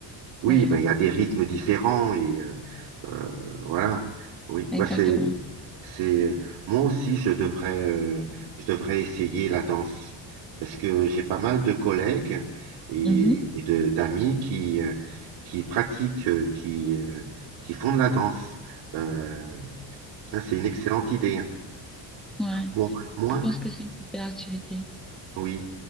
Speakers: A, on the right (about 85°); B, in the centre.
A: oui,
B: Ouais,
A: ben il y a des rythmes différents et euh, euh, voilà. Oui,
B: exactement.
A: ben c'est C'est euh, moi aussi je devrais euh, je devrais essayer la danse parce que j'ai pas mal de collègues et,
B: Mhm.
A: et de d'amis qui euh, qui pratiquent euh, qui euh, qui font de la danse. Euh, hein, c'est une excellente idée. Hein.
B: Ouais,
A: Bon, moi,
B: je pense que c'est une super activité.
A: oui.